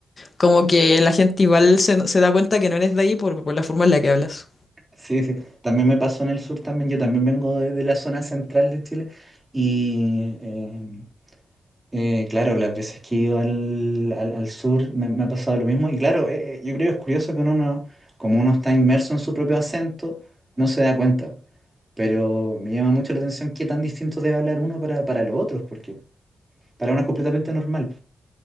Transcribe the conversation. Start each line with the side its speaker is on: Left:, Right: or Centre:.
Left: como que la gente igual se, se da cuenta que no eres de ahí por, por la forma en la que hablas.
Right: Sí, sí. También me pasó en el sur también. Yo también vengo de, de la zona central de Chile y eh, Eh, claro, las veces que he ido al, al, al sur me, me ha pasado lo mismo. Y claro, eh, eh, yo creo que es curioso que uno no, como uno está inmerso en su propio acento, no se da cuenta. Pero me llama mucho la atención qué tan distinto debe hablar uno para, para los otros, porque para uno es completamente normal.